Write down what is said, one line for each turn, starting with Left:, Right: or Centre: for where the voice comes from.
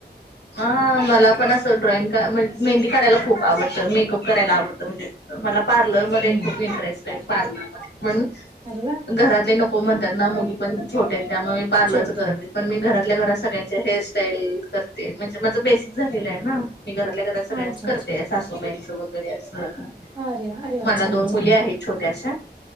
Left: हा मला पण असं ड्रॉइंग का, म्हणजे मेंदी काढायला खूप आवडतं, मेकअप करायला आवडतं म्हणजे मला पार्लरमध्ये
Right: हम्म
Left: खूप इंटरेस्ट आहे, पार्लरमध्ये पण
Right: अरे वा!
Left: घरातले नको म्हणतात ना, मुली पण छोटे आहेत त्यामुळं मी पार्लरच
Right: छोटे
Left: करत
Right: आहेत
Left: नाही, पण मी घरातल्या घरात सगळ्यां चे हेअरस्टाईल करते, म्हणजे माझं बेसिक झालेलं आहे ना, मी घरातल्या घरात सगळ्यांच
Right: अच्छा
Left: करते,
Right: अच्छा
Left: सा बाईंच, वगैरे असं
Right: अरे वा अरे वा
Left: मला
Right: छान
Left: दोन
Right: आहे
Left: मुली
Right: छान आहे
Left: आहेत छोट्याशा.